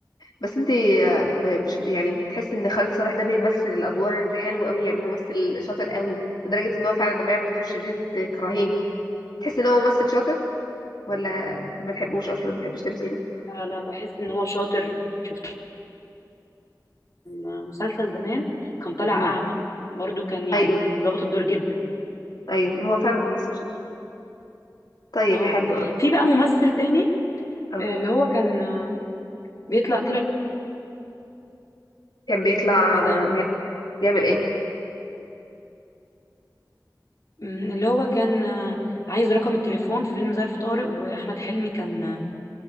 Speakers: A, on the left; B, on the left.
A: بس انت آه، م- مش يعني بتحس ان خالد صالح ده بيمثل الادوار حلو قوي يعني ممثل شاطر قوي لدرجه ان هو فعلا لما يعمل دور شرير تكرهيه تحس ان هو ممثل شاطر ولا ما بتحبوش اصلا ما بتحبش تمثيله
B: لا لا بحس ان هو شاطر شفت كان مسلسل زمان كان طالع
A: مم.
B: أعمى برضو كان يعني
A: ايوه
B: ظابط الدور جدا
A: ايوه هو فعلا ممثل شاطر طيب
B: اه
A: حلو قوي
B: في بقى ممثل تاني
A: اه
B: آه، اللي هو كان آه، بيطلع طلع
A: كان بيطلع
B: ده
A: بيعمل ايه
B: مم، اللي هو كان آه، عايز رقم التليفون في فيلم ظرف طارق واحمد حلمي كان آه،